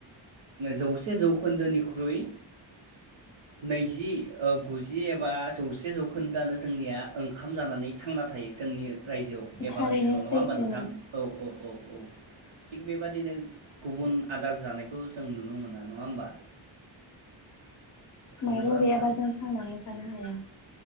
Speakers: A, on the right; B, on the left.
A: जौसे जौखोन्दोनिख्रुइ नैजि गुजि एबा जौसे जौखोन्दोआनो जोंनिया ओंखाम जानानै थांना थायो जोंनि रायजोआव एबा
B: थारैनो
A: ओनसो सेल' नङा
B: सैथो
A: होमबा नोंथां औ औ औ औ थिग बेबादिनो गुबुन आदार जानायखौ जों नुनो मोना नङा होमबा नंगौना
B: माइरं गैयाबा
A: नोंथां
B: जों थांनानै थानो हाया